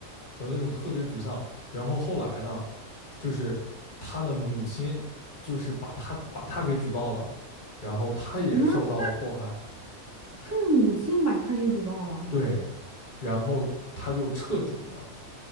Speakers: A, on the left; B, on the right.
A: 他就那种特别沮丧。然后后来呢，就是他的母亲就是把他把他给举报了，然后他也受到了迫害。
B: 什么，他他母亲把他给举报了。
A: 对，然后他就彻底呢